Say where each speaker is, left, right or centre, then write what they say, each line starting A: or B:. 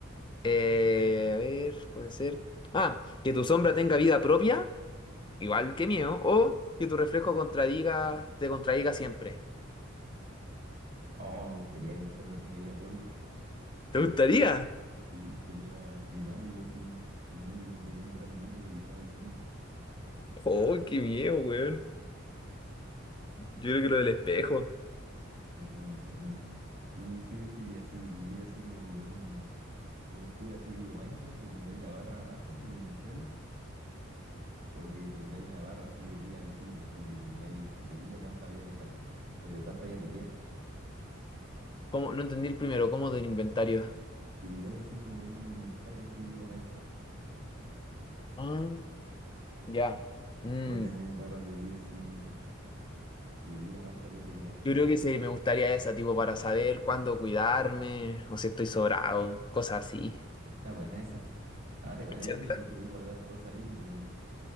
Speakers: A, on the left; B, on the right.
A: Eh, a ver, puede ser. Ah, que tu sombra tenga vida propia, igual que mío, o que tu reflejo contradiga, te contradiga siempre.
B: Oh, me gustaría que mi sombra tenga vida propia.
A: ¿Te gustaría?
B: Sí, sería más dinámico, sí. Tener un weón atrás mío, pero que sea mi sombra.
A: Oh, qué miedo, weón. Yo creo que lo del espejo.
B: A ver, vamos a hacer una. Uh, ¿qué preferirías si vivir así como con un, con un HUD así tipo Minecraft, que tengáis la barra abajo, el inventario? O que tengáis una barra así de vida visible, así que tengáis, que te diga cuánta vida te falta, o de cuánta vida te queda.
A: ¿Cómo? No entendí el primero, ¿cómo del inventario?
B: Que viváis así como con un inventario así tipo Minecraft.
A: Ah, ya. Mm.
B: O tener barras de vida así y de día cuánta vida te queda.
A: Yo creo que sí, me gustaría esa, tipo, para saber cuándo cuidarme, o si estoy sobrado, cosas así.
B: Sí, está buena esa. Ahora igual es
A: ¿Cierto?
B: útil porque voy a guardar cosas ahí, pero